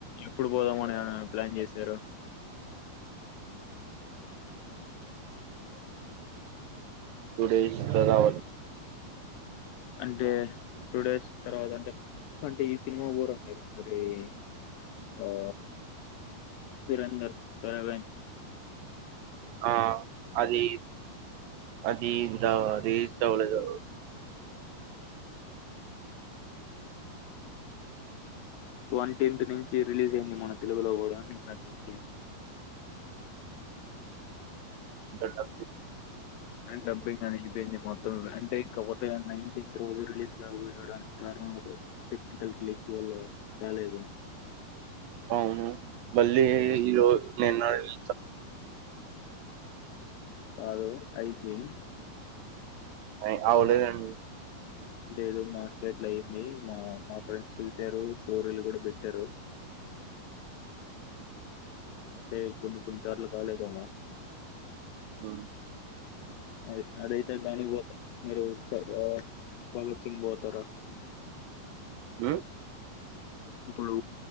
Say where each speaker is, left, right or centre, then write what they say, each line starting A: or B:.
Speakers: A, on the left; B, on the right.
A: ఇప్పుడు పోదామని ప్లాన్ చేశారు
B: టూ డే ఇజ్. రావాలి
A: అంటే టూ డేస్ తర్వాత అంటే అంటే ఈ సినిమా పోర మి ఎఆ దురందర్ ధ రీవేంజ్
B: ఆ అది అది ఇంత అదే రీచ్ అవలేదు
A: ట్వంటీన్త్ నుంచి రిలీజ్ అయింది మన తెలుగులో కూడా నిన్నటినుంచి
B: సెట్టా
A: డబ్బింగ్ అని అయిపోయింది మొత్తం అంటే ఇకపోతే నైటింత్.. రోజు రిలీజ్గా పోయడానికి కారణం టెక్నికల్ గిచి వాళ్ళు రాలేదు
B: అవును మళ్ళీ ఈరో నిన్నస <inaudible>
A: కాదు ఐదుతేదీ
B: అయి అవులేదండి
A: లేదు మార్కెట్ లో అయింది మా మా ఫ్రెండ్స్ చూసారు స్టో రియలుకూడా పెట్టారు అంటే కొన్ని కొన్నిసార్లు కాలేదామ
B: ఆ
A: అది అదయితే బానే మీరుఉత్స వ భగత్ సింగ్ బోతార
B: ఆ
A: ఇప్పుడు